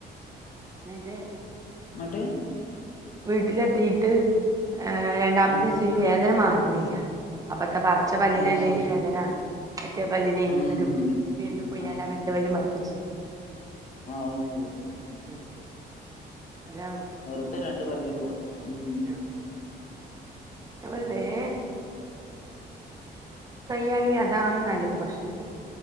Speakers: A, on the right; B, on the left.
A: ന്നിട്ടെ
B: ങ്ങട്ട്
A: വീട്ടിലെത്തിയിട്ട് ഏഹ് രണ്ടാമത്തീസം
B: ഉം
A: ഈ വേദന മാറുന്നില്ല അപ്പത്തെ പറ ച്ചെ പല്ലിലല്ലേനി
B: അത് ശരി
A: വേദന മറ്റേ പല്ലിലിനി
B: ഉം
A: എന്നതും വീണ്ടും പോയി
B: ആഹ്
A: ഞാനാ മറ്റേ പല്ലും പറപ്പിച്ചി
B: ആത് ശരി
A: ഉം അതേ അവ
B: വെറുതെ രണ്ടു പല്ലു പോയി ഉം
A: ആഹ് <unintelligible>
B: ഉം ശരി
A: കഴിയാണെങ്കി അതാണ് നല്ലത് പക്ഷെ